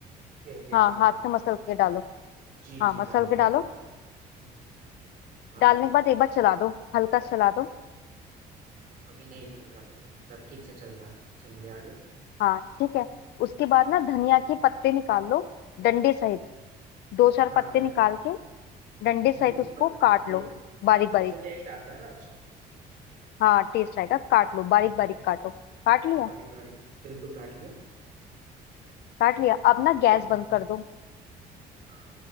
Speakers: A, on the right (about 60°); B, on the left (about 75°).
A: ओके ओके
B: हाँ
A: मसल
B: हाथ से मसल के डालो
A: जी
B: हाँ
A: जी
B: मसल
A: डाल
B: के
A: दिया
B: डालो
A: अब हम्म, अब
B: डालने
A: आगे
B: के बाद एक बार चला दो हल्का चला दो
A: अभी नहीं टूट रहा पनीर मतलब ठीक से चल रहा है चलिए आगे
B: हाँ ठीक है उसके बाद ना धनिया के पत्ते निकाल लो डंडे सहित दो चार
A: हाँ
B: पत्ते
A: मेरे
B: निकाल के डंडे
A: धनिया
B: सहित
A: के
B: उसको
A: पत्ते
B: काट लो बारीक बारीक
A: इसे टेस्ट आता है ना अच्छा
B: हाँ टेस्ट आएगा काट लो बारीक
A: जी
B: बारीक काटो काट लिया
A: बारीक बारीक बिल्कुल काट लिया
B: काट लिया अब ना गैस
A: हम्म,
B: बंद कर दो
A: हाँ